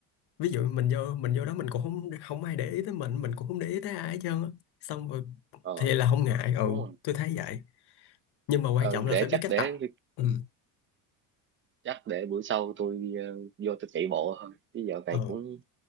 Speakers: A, on the left; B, on the right.
A: Ví dụ mình vô mình vô đó mình cũng không không ai để ý tới mình Mình cũng không để ý tới ai hết trơn á. Xong rồi
B: ờ
A: thì là không ngại Ừ
B: đúng rồi
A: tôi thấy vậy Nhưng mà quan
B: ờ,
A: trọng là
B: để
A: phải biết
B: chắc
A: cách
B: để
A: tập Ừ
B: chắc để bữa sau tôi ờ, vô tôi chạy bộ thôi chứ giờ này
A: Ờ
B: cũng